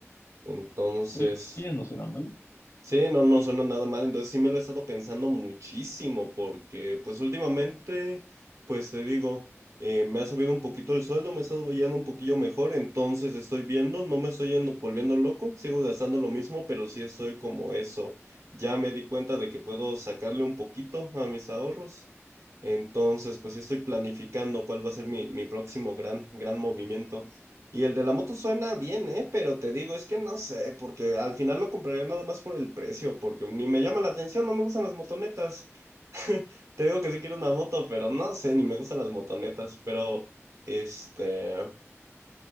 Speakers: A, on the right; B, on the left.
A: Entonces...
B: Oye, no suena mal,
A: Sí, no, no suena nada mal, entonces sí me lo he estado pensando muchísimo porque pues últimamente, pues te digo, eh, me ha subido un poquito el sueldo, me he estado yendo un poquillo mejor, entonces estoy viendo, no me estoy yendo volviendo loco, sigo gastando lo mismo, pero sí estoy como eso, ya me di cuenta de que puedo sacarle un poquito a mis ahorros, entonces pues sí estoy planificando cuál va a ser mi, mi próximo gran, gran movimiento. Y el de la moto suena bien, ¿eh? Pero te digo, es que no sé, porque al final lo compraría nada más por el precio, porque ni me llama la atención, no me gustan las motonetas. <laughs> Te digo que sí quiero una moto, pero no sé, ni me gustan las motonetas, pero este,